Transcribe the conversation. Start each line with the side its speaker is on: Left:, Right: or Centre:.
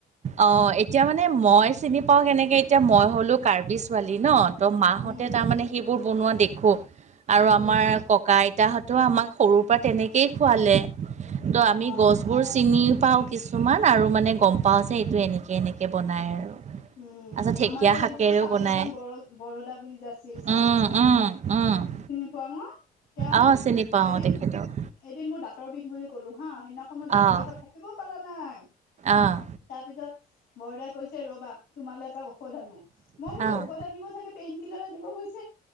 Right: অঁ, এতিয়া মানে মই চিনি পাওঁ কেনেকে, এতিয়া মই হলো কাৰ্বি- ছোৱালী ন ত মাহতে
Left: উম
Right: তাৰমানে সেইবোৰ বনুৱা দেখোঁ আৰু
Left: উম
Right: আমাৰ ক কা আইতাহঁতেও আমাক সৰুৰ পৰা তেনেকেই খুৱালে ত' আমি
Left: অ
Right: গছবোৰ চিনিও পাওঁ কিছুমান আৰু মানে গম পাওঁ যে এইটো এনেকে এনেকে বনায়
Left: উম
Right: আৰু আচ্ছা ঢেকীয়া
Left: আমাৰো এই
Right: শাকেৰেও
Left: যে ষ্টাফ
Right: বনাই।
Left: এজন ব বৰদা বুলি যে আছিল ষ্টাফ
Right: উম,
Left: এজন
Right: উম, উম
Left: চিনি পোৱা নে তেওঁ
Right: অ', চিনি পাওঁ
Left: এদিন
Right: তেখেতক।
Left: এদিন মোৰ দাঁতৰ বিষ বুলি ক'লো হা সেইদিনাখন মোৰ দাঁতৰ
Right: অ',
Left: বিষত থাক কিব পাৰা নাই
Right: অ',
Left: তাৰপিছত বৰদাই কৈছে ৰবা তোমালে এটা ঔষধ আনো মই বোলো
Right: অ',
Left: ঔষধ আনিব চাগে পেইন কিলাৰ আনিব গৈছ